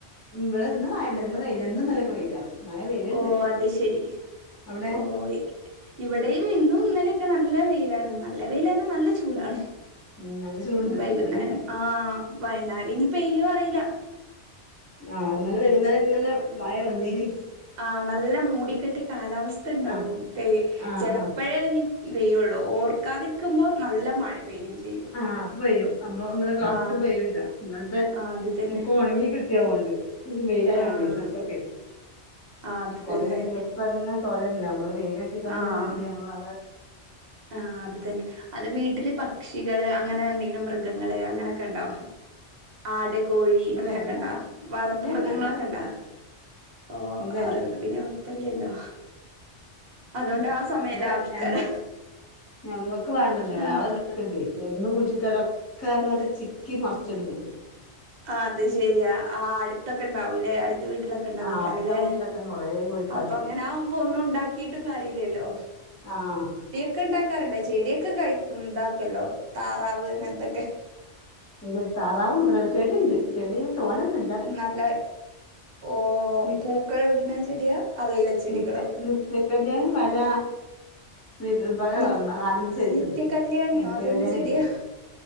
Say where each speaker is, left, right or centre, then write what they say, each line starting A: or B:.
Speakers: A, on the left (about 20°); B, on the right (about 60°).
A: ഇവിടെ ഇന്ന് മഴയില്ല ഇന്ന് വെയില ഇന്നും ഇന്നലെക്ക വെയില മഴ വെയിലുണ്ട്
B: ഓ അത് ശരി
A: അവിടെ
B: ഓ ഇവിടെയും ഇന്നും ഇന്നലെയൊക്കെ നല്ല വെയിലാണ് നല്ല വെയിലന്ന നല്ല ചൂടാണ്
A: ഉം നല്ല ചൂടുണ്ട്
B: വൈകുന്നേരം
A: ഇവിടെണ്ട്
B: ആഹ് വൈകുന്നേരം ഇനി പെയ്യോന്നറിയില്ല
A: ആഹ് ഇന്നലെ വെകുന്നേരം ഇങ്ങനെ മഴ വന്നീന്
B: ആഹ് നല്ല മൂടിക്കെട്ടി കാലാവസ്ഥ ഉണ്ടാകും
A: ആഹ്
B: പെ
A: ആഹ്
B: ചിലപ്പഴേ
A: ആഹ്
B: ഇനി പെയ്യുള്ളൂ ഓർക്കാതിരിക്കുമ്പോ നല്ല മഴ പെയ്യും ചെയ്യും
A: ആഹ്ഹ പെയ്യും നമ്മള് അങ്ങനെ കാട്ടിക്ക്
B: ആഹ് അത്
A: പെയൂല്ല ഇന്നലത്തെ
B: ആഹ് അത് തന്നെ
A: ക്കൊക്കെ ഉണങ്ങി കിട്ടിയതൊണ്ട് വെയിലായൊണ്ട്
B: ആഹ്
A: നത്തെക്കെ
B: ആഹ് അത്
A: കുറെേ
B: തന്നെ
A: ദിവസം തന്നെ തോരല്ല നമ്മള് വെയില് തട്ടിക്കാണ്ട്
B: ആഹ്
A: ഉണങ്ങിയാ വേറെ
B: ആഹ് അത് തന്നെ അത് വീട്ടില് പക്ഷികള് അങ്ങനെ എന്തെങ്കിലും മൃഗങ്ങള് അങ്ങനെയൊക്കെ ഉണ്ടോ ആട് കോഴി
A: ഇവിടെ
B: അങ്ങനെയൊക്കെ ഉണ്ടോ വളർത്ത്
A: ഇല്ലല്ല
B: മൃഗങ്ങളൊക്കെ
A: അങ്ങനത്തൊന്നുല്ല
B: ഉണ്ടാ ഓ
A: ഇല്ലല്ല
B: അതണ്ട് പിന്നെ കുഴപ്പല്ലല്ലോ അതുകൊണ്ട് ആ സമയം
A: ഇവിടെ
B: ലാഭിക്കാലോ
A: ഞമ്മ ഞമ്മക്ക് വേണ്ടല്ലോ വേറൊരു
B: ആഹ്
A: കിട്ടി എന്ന് കുഴിച്ചിട്ടാലൊക്കെ എന്നിട്ട് ചിക്കി മറിച്ചിടണ്ട്
B: ആഹ് അത് ശരി ആഹ് അടുത്തൊക്കെ ഉണ്ടാവുംല്ലെ അടുത്ത വീട്ടിലൊക്കെ ക്കെ ഉണ്ടാവു
A: ആഹ്
B: ഈ കരള്
A: അടുത്ത വീട്ടിലൊക്കെ കൊറേ കോഴിക്കള്ണ്ട്
B: അപ്പ അങ്ങനെ ആകുമ്പോ ഒന്നും ഉണ്ടാക്കിട്ടും കാര്യല്ലല്ലോ
A: ആഹ്
B: ഒക്കെ ഉണ്ടാക്കാറുണ്ട് ചെടിയൊക്കെ കഴ ഇതാക്കല്ലോ താറാവ് അങ്ങനത്തൊക്കെ
A: ഇ താറാവും ഇമ്മടെ ചെടിയ ഉണ്ട് ചെടി തോന്നേന്നും ഇ
B: നല്ല ഓ
A: നി
B: പൂക്കൾ ഇടുന്ന ചെടിയാ അതോ ഇലച്ചെടികളോ
A: നിത്യ നിത്യകല്യാണി പല വിധം പലകളറിൽ
B: നി
A: നാല് സെയ്‌സ്ണ്ട്
B: നിത്യകല്യാണിയോ
A: നിത്യ
B: അതെന്ത്
A: കല്യാണി
B: ചെടിയാ
A: അല്ലേ